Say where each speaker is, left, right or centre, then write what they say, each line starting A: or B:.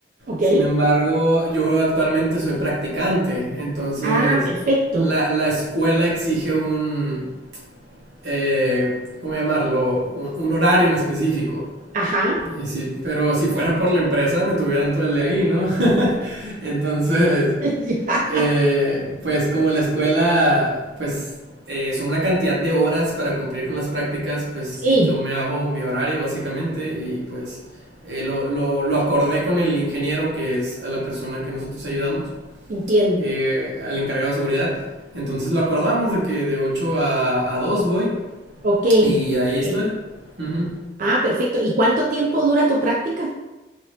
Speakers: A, on the right; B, on the right.
A: ¿Ok?
B: Sin embargo, yo actualmente soy practicante, entonces
A: Ah, perfecto.
B: la, la escuela exige un, eh, ¿cómo llamarlo? Un, un horario en específico.
A: Ajá.
B: Y sí, pero si fuera por la empresa me tuvieran todo el día ahí, ¿no? <laughs> Entonces,
A: <laughs> Ya.
B: eh, pues como la escuela, pues eh, son una cantidad de horas para cumplir con las prácticas, pues
A: Sí,
B: yo me hago mi horario básicamente y pues eh, lo, lo, lo, acordé con el ingeniero que es la persona que nosotros ayudamos,
A: entiendo.
B: eh, al encargado de seguridad. Entonces lo acordamos de que de 8 a, a 2 voy
A: Ok.
B: y ahí estoy.
A: Ok.
B: Uh -huh.
A: Ah, perfecto. ¿Y cuánto tiempo dura tu práctica?